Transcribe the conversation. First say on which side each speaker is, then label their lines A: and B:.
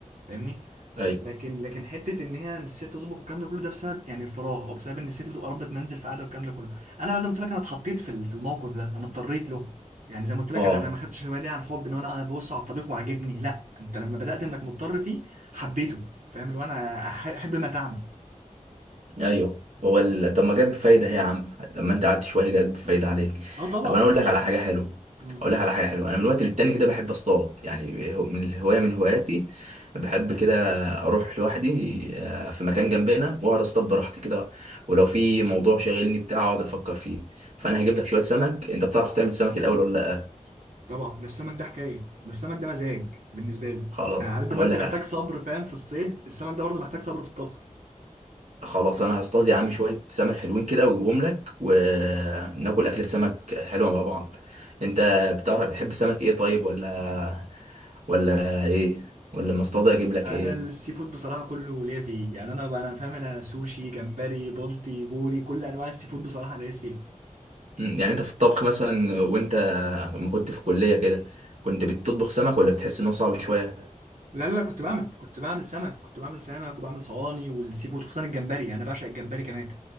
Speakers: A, on the right (about 75°); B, on the right (about 60°).
A: فاهمني
B: أيوه
A: لكن لكن حته ان هي الست تطبخ والكلام ده كله ده بسبب يعني الفراغ او بسبب ان الست بتبقى ربة منزل في قاعده والكلام ده كله انا بقى زي ما قلت لك انا اتحطيت في ال- في الموقف ده انا اضطريت له يعني زي ما قلت لك
B: آه
A: انا انا ما خدتش الهوايه دي عن حب ان هو انا انا ببص على الطبيخ وعاجبني لا انت لما بدات انك مضطر فيه حبيته فاهم اللي هو انا أح- احب ما تعمل
B: ايوه هو ال... طب ما جت بفايده هي يا عم لما انت قعدت شويه جت بفايده عليك
A: اه طبعا
B: طب انا اقول لك
A: طبعا
B: على حاجه حلوه
A: مم.
B: اقول لك على حاجه حلوه انا من وقت للتاني كده بحب اصطاد يعني هو- من الهوايه من هواياتي بحب كده اروح لوحدي آه، في مكان جنبنا واقعد اصطاد براحتي كده ولو في موضوع شاغلني بتاع اقعد افكر فيه فانا هجيب لك شويه سمك انت بتعرف تعمل سمك الاول ولا لا
A: طبعا ده السمك ده حكايه ده السمك ده مزاج بالنسبه لي
B: خلاص
A: يعني عارف ده
B: هقول
A: ما انت
B: لك
A: محتاج
B: على
A: صبر فاهم في الصيد السمك ده برضه محتاج صبر في الطبخ
B: خلاص انا هصطاد يا عم شويه سمك حلوين كده واجيبهم لك وناكل اكل السمك حلوه مع بعض انت بتعرف بتحب سمك ايه طيب ولا ولا ايه ولا لما اصطاد اجيب لك
A: انا
B: ايه
A: السي فود بصراحه كله ليا فيه يعني انا انا فاهم انا سوشي جمبري بولتي بوري كل انواع السي فود بصراحه انا دايس فيه
B: مم، يعني انت في الطبخ مثلا وانت ما كنت في كليه كده كنت بتطبخ سمك ولا بتحس انه صعب شويه
A: لا لا كنت بعمل كنت بعمل سمك كنت بعمل سمك وبعمل صواني والسي فود خصوصا الجمبري يعني انا بعشق الجمبري كمان